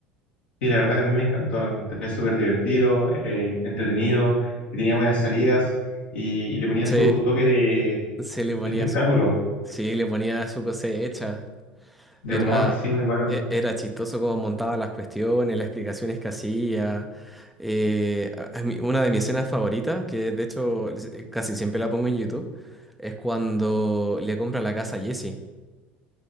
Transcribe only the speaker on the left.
Sí, la verdad que a mí me encantó, lo encontré súper divertido, eh, entretenido, que tenía buenas salidas y, y le ponía
su toque de,
de espectáculo,
de
humor, sí, muy bueno.